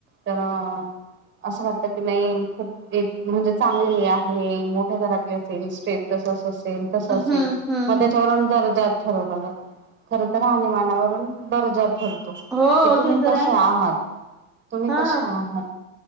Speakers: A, on the right (about 25°); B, in the centre.
A: तर, असं वाटत की नाही, खूप एक म्हणजे चांगले आहे, मोठ्या घरातले असेल, स्टेटस अस तस
B: हम्म
A: असेल.
B: हम्म
A: मग त्याच्यावरुण
B: हम्म
A: दर्जा ठरवला जातो. खर तर राहणीमानावरून दर्जा ठरतो.
B: हो
A: की तुम्ही
B: ते तर
A: कसे
B: आहे
A: आहात? तुम्ही
B: हा
A: कसे आहात?